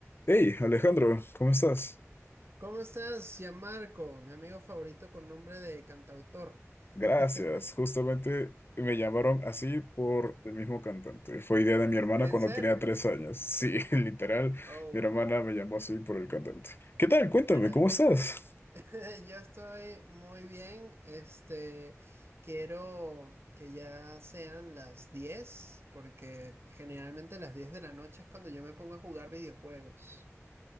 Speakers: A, on the left; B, on the right.
A: Hey, Alejandro, ¿cómo estás?
B: ¿Cómo estás, Gianmarco? Mi amigo favorito con nombre de cantautor.
A: Gracias.
B: <laughs>
A: Justamente me llamaron así por el mismo cantante. Fue idea de mi hermana
B: ¿En
A: cuando
B: serio?
A: tenía tres años. Sí, <laughs> literal,
B: Oh,
A: mi hermana
B: wow.
A: me llamó así por el cantante. ¿Qué tal? Cuéntame,
B: Bueno,
A: ¿cómo estás?
B: <laughs> yo estoy muy bien. Este, quiero que ya sean las 10 porque generalmente las diez de la noche es cuando yo me pongo a jugar videojuegos.